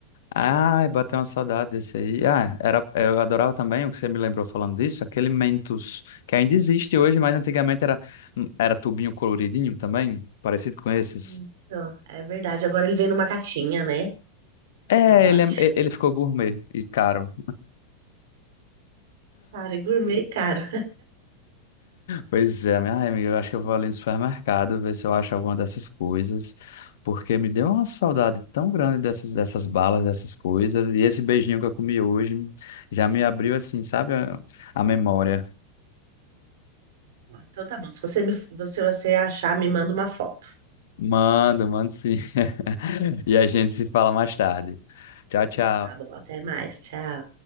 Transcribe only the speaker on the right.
Isso, é verdade. Agora ele vem numa caixinha, né?
Eu acho.
Cara, e gourmet caro.
Então tá bom. Se você, me, se você achar, me manda uma foto.
Tá bom, até mais. Tchau.